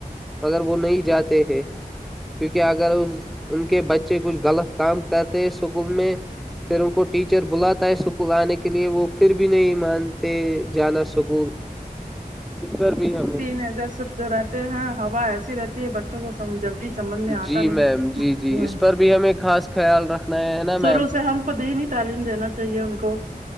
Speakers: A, in the centre; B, on the right.
A: مگر وہ نہیں جاتے ہیں کیوںکہ اگر اس ان کے بچے کچھ غلط کام کرتے ہیں اسکول میں پھر ان کو ٹیچر بلاتا ہے اسکول آنے کے لیے وہ پھر بھی بھی نہیں مانتے جانا سکول اس پر بھی ہمیں
B: ار سو جو رہتے ہیں ہا ایسی رہتی ہے ب بچوں کو س جلدی سمجھ میں آتا
A: جی
B: نہیں
A: میم جی جی
B: ہ
A: اس پر بھی ہمیں خاص خیال رکھنا ہے نا میم
B: شروع سے ہم کو دہنیی تعلیم دینا چاہیے ان کو